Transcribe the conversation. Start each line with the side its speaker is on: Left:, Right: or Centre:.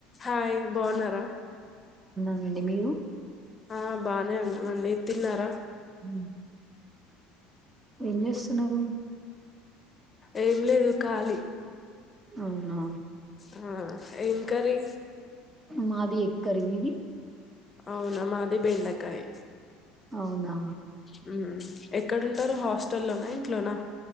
Left: హాయ్ బావున్నారా.
Right: నండి మీరు
Left: ఆ బానే ఉన్నామండి. తిన్నారా.
Right: హ్మ్ ఏం చేస్తున్నారు.
Left: ఏం లేదు ఖాళీ
Right: అవునా
Left: ఆ ఏం కర్రీ
Right: మాది ఎగ్ కర్రీ మీది
Left: అవునా మాది బెండకాయ్.
Right: అవునా
Left: మ్ హ్మ్ ఎక్కడుంటారు హాస్టల్లోనా, ఇంట్లోనా.